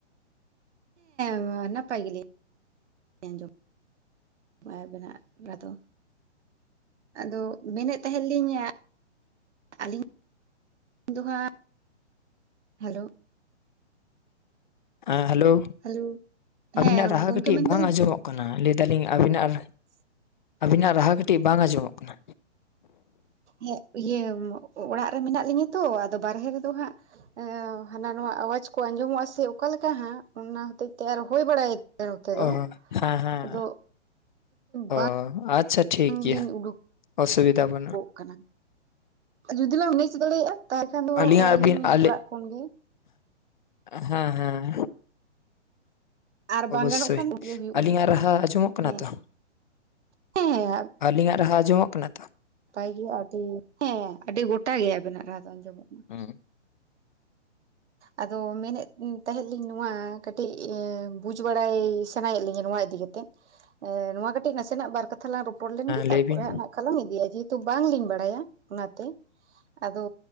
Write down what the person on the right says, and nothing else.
ᱮᱸ ᱱᱟᱯᱟᱭ ᱜᱮᱞᱤᱧ ᱟᱸᱡᱚᱢ ᱟᱵᱮᱱᱟᱜ ᱨᱟᱫᱚ ᱟᱫᱚ ᱢᱮᱱᱮᱫ ᱛᱟᱦᱮᱸᱫ ᱞᱤᱧ ᱟ ᱟᱹᱞᱤᱧ ᱫᱚ ᱡᱟᱦᱟᱜ ᱦᱮᱞᱳ
ᱦᱮᱞᱳ
ᱦᱮᱸ
ᱜᱚᱝᱠᱮ
ᱢᱮᱱᱫᱟᱞᱤᱧ
<inaudible>
ᱦᱮᱸ ᱤᱭᱟᱹ ᱚᱲᱟᱜ ᱨᱮ ᱢᱮᱱᱟᱜ ᱞᱤᱧᱟᱹ ᱛᱚ ᱟᱫᱚ ᱵᱟᱨᱦᱮ ᱨᱮᱫᱚ ᱦᱟᱸᱜ ᱮᱸ ᱦᱟᱱᱟ ᱱᱟᱣᱟ ᱟᱣᱟᱡ ᱠᱚ ᱟᱸᱡᱚᱢᱚᱜᱼᱟ ᱥᱮ ᱚᱠᱟᱞᱮᱠᱟ ᱦᱟᱸᱜ ᱚᱱᱟ ᱦᱚᱛᱮᱡ ᱛᱮ ᱟᱨ ᱦᱳᱭ ᱵᱟᱲᱟᱭ ᱛᱮ ᱱᱚᱛᱮ ᱫᱚ
ᱟᱫᱚ
‍ᱵᱟᱝ
ᱞᱤᱧ ᱩᱰᱩᱠ
ᱠᱩᱜ ᱠᱟᱱᱟ ᱡᱩᱫᱤ ᱞᱟᱝ ᱢᱮᱪ ᱫᱟᱲᱤᱭᱟᱜᱼᱟ ᱛᱟᱦᱞᱮ ᱠᱷᱟᱱ ᱫᱚ
ᱟᱹᱞᱤᱧ
ᱚᱲᱟᱜ ᱠᱷᱚᱱᱜᱮ
ᱟᱨ ᱵᱟᱝ
ᱜᱟᱱᱚᱜ ᱠᱷᱟᱱ ᱜᱮ ᱦᱩᱭᱩᱜᱼᱟ
ᱦᱮᱸ
ᱦᱮᱸ ᱦᱮᱸ
ᱯᱟᱭ ᱜᱮ ᱟᱹᱰᱤ ᱦᱮᱸ ᱟᱹᱰᱤ ᱜᱚᱴᱟ ᱜᱮ ᱟᱵᱮᱱᱟᱜ ᱨᱟᱦᱟ ᱫᱚ ᱟᱸᱡᱚᱢᱚᱜ
ᱟᱫᱚ ᱢᱮᱱᱮᱫ ᱛᱟᱦᱮᱸᱫ ᱞᱤᱧ ᱱᱚᱣᱟ ᱠᱟᱹᱴᱤᱜ ᱵᱩᱡ ᱵᱟᱲᱟᱭ ᱥᱟᱱᱟᱭᱮᱜ ᱞᱤᱧᱟᱹ ᱱᱚᱣᱟ ᱤᱫᱤ ᱠᱟᱛᱮᱜ ᱮ ᱱᱚᱣᱟ ᱠᱟᱹᱴᱤᱜ ᱱᱟᱥᱮᱱᱟᱜ ᱵᱟᱨ ᱠᱟᱛ ᱛᱷᱟᱞᱟᱝ ᱨᱚᱯᱚᱲ ᱞᱮᱱᱜᱤ
ᱛᱟᱨᱯᱚᱨᱮ
ᱦᱟᱸᱜ ᱱᱟᱜᱠᱷᱟᱱ ᱞᱟᱝ ᱤᱫᱤᱭᱟ ᱡᱮᱦᱮᱛᱩ ᱵᱟᱝᱞᱤᱧ ᱵᱟᱲᱟᱭᱟ ᱚᱱᱟᱛᱮ᱾ ᱟᱫᱚ